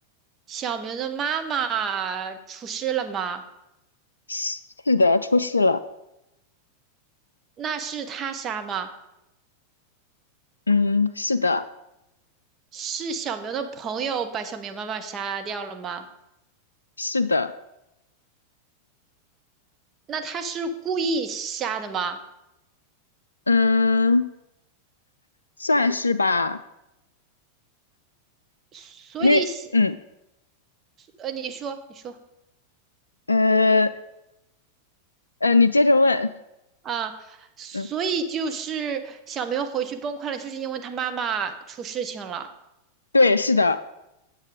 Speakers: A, on the right; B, on the left.
A: 小明的妈妈出事了吗？
B: 是的，出事了，
A: 那是他杀吗？
B: 嗯，是的，
A: 是小明的朋友把小明妈妈杀掉了吗？
B: 是的，
A: 那他是故意瞎的吗？
B: 嗯，算是吧，
A: 所以写，
B: 因为嗯
A: 呃，你说，你说
B: 呃呃，你接着问，
A: 啊，所以就是小明回去崩溃了，
B: 嗯，
A: 就是因为他妈妈出事情了。
B: 对，是的，